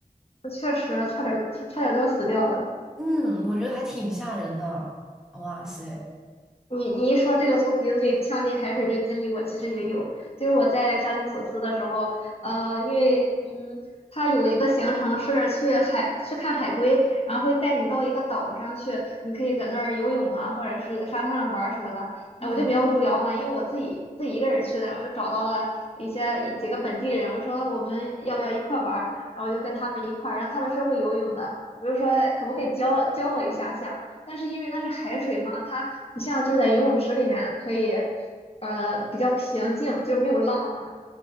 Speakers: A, on the left; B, in the centre.
A: 确实差点差差点都要死掉了。
B: 嗯，我觉得还挺吓人的。哇塞，
A: 你你一说这个从鼻子里呛进海水这个经历，我其实也有。就是我在扎金索斯的时候，呃，因为嗯。有一个行程是去海去看海龟，然后会带你到一个岛上去，你可以在那儿游泳啊，或者是在沙滩上玩儿什么的。
B: 嗯
A: 哎，我就比较无聊嘛，因为我自己自己一个人去的，然后我就找到了一些一几个本地人，我就说我们要不要一块儿玩儿，然后就跟他们一块儿，然后他们是会游泳的，我就说可不可以教教我一下下，但是因为那是海水嘛，它不像就是在游泳池里面可以，呃，比较平静，就没有浪嘛。